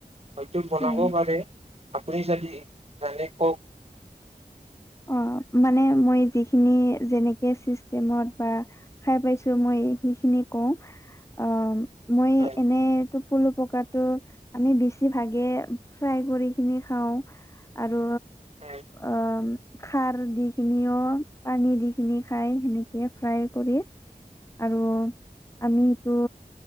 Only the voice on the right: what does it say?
হয়তো বনাবও
পাৰে আপুনি যদি জানে কওক।
হয়
হয়